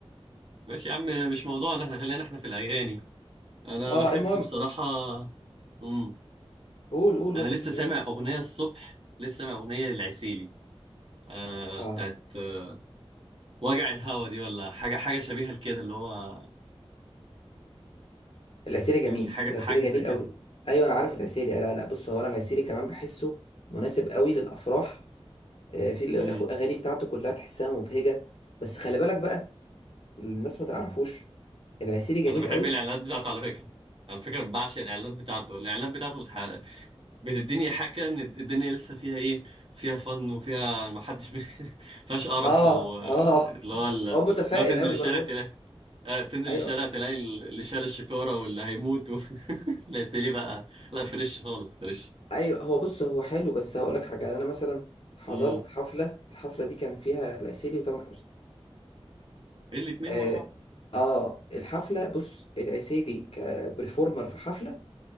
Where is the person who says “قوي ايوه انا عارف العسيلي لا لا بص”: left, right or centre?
Left